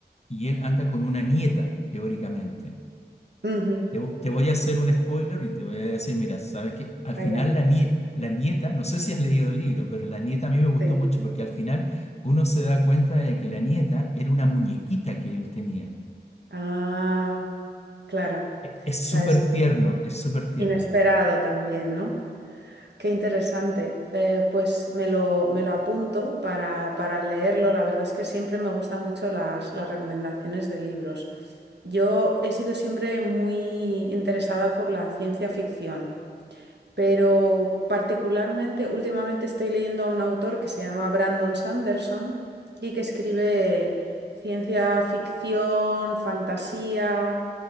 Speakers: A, on the left; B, on the right.
A: y él anda con una nieta, teóricamente.
B: ujú.
A: Te, vo- te voy a hacer un spoiler y te voy a decir, mira, sabes que al final
B: allá.
A: la, nie- la nieta, no sé si has leído el libro, pero la nieta a mí me gustó
B: Sí.
A: mucho porque al final uno se da cuenta de que la nieta era una muñequita que él tenía.
B: Ah, claro. O
A: E- Es
B: sea,
A: súper
B: es
A: tierno,
B: eh,
A: es súper tierno.
B: inesperado también, ¿no? Qué interesante. Eh, pues me lo, me lo apunto para, para leerlo. La verdad es que siempre me gustan mucho las, las recomendaciones de libros. Yo he sido siempre muy interesada por la ciencia ficción. pero particularmente últimamente estoy leyendo a un autor que se llama Brandon Sanderson y que escribe ciencia ficción, fantasía,